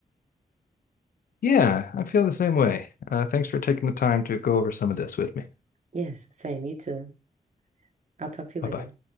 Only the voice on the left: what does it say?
Yeah, I feel the same way. Uh, thanks for taking the time to go over some of this with me.
Bye
bye.